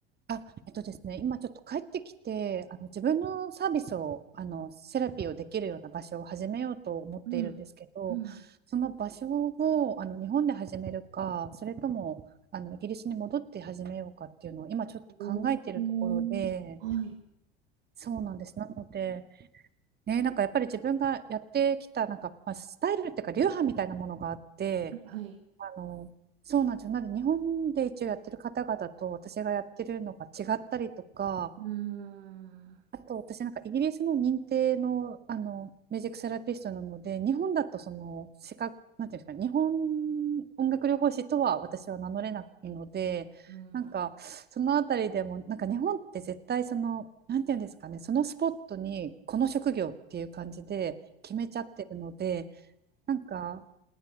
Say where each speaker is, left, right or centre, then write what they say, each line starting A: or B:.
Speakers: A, on the right; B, on the right.
A: あ、えっとですね、今ちょっと帰ってきて、あの自分のサービスを、あのセラピーをできるような場所を始めようと思っているんですけど、
B: うん、うん。
A: その場所をあの日本で始めるか、それともあのイギリスに戻って始めようかっていうのを今ちょっと考えているところで、
B: おー、はい、
A: そうなんです。なので、ね、なんかやっぱり自分がやってきたなんか、まあ、スタイルっていうか流派みたいなものがあって、
B: はい。
A: あのそうなんですよ。なので日本で一応やってる方々と私がやってるのが違ったりとか、
B: うーん、
A: あと私なんかイギリスの認定の、あのミュージックセラピストなので日本だとその資格なんていうんですかね日本音楽療法士とは私は名乗れないのでなんかそのあたりでもなんか日本って絶対そのなんていうんですかねそのスポットにこの職業っていう感じで決めちゃってるので
B: うん、
A: なんか